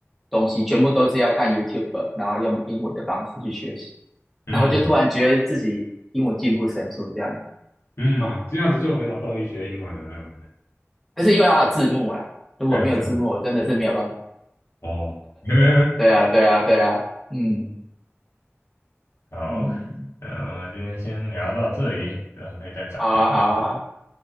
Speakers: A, in the centre; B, on the left.
A: 东西，全部都是要看 YouTube，然后用英文的方式去学习，
B: 嗯
A: 然后就突然觉得自己英文进步神速这样子
B: 嗯，
A: 啊。
B: 这样子就很有动力学英文了，对不对？
A: 但是因为它有字幕啦，如果没有字幕，
B: 还有字母
A: 我真的是没有办法。
B: 哦，<laughs>
A: 对啊对啊对啊，嗯
B: 好，
A: 嗯，
B: 那我们今天先聊到这里，然后可以再展开看。
A: 好啊好啊